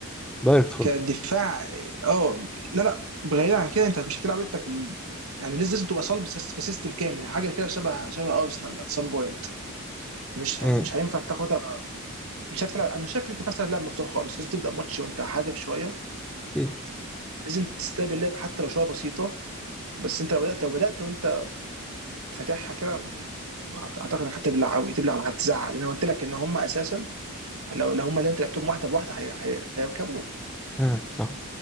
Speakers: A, in the centre; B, on the right.
A: دايركت فوتبول
B: كدفاع اه لا لا بعيد عن كده انت مش هتلعب انت ك- يعني لازم تبقى صلب سيس- كسيستم كامل حاجه كده شبه شبه ارسنال ات سام بوينت مش
A: مم.
B: ه- مش هينفع تاخدها مش عارف تلعب أنا مش شايف ان انت فاهم تلعب لعب مفتوح خالص لازم تبدا ماتش وانت حادف شويه
A: أكيد.
B: لازم تستقبل اللعب حتى لو شويه بسيطه بس انت لو بدات لو بدات وانت فاتحها كده م- اعتقد انك هتبلع قوي تبلع وهتزعل انا قلت لك ان هم اساسا لو لو هم اللي انت لعبتهم واحده بواحده هي- هي- هيركبوه
A: مم. صح